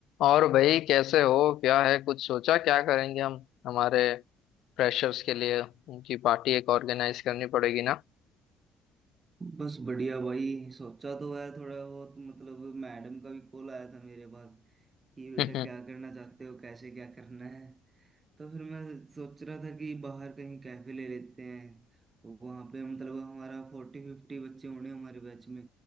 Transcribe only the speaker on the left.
और भाई कैसे हो क्या है कुछ सोचा क्या करेंगे हम हमारे फ्रेशर्स के लिए उनकी पार्टी एक ऑर्गेनाइज करनी पड़ेगी ना
<laughs>